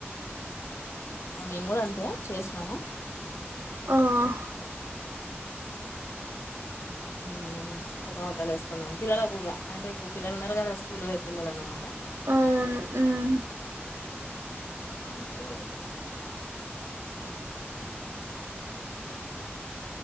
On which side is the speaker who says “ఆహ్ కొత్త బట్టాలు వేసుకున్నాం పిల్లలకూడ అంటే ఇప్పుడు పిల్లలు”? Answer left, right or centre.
Left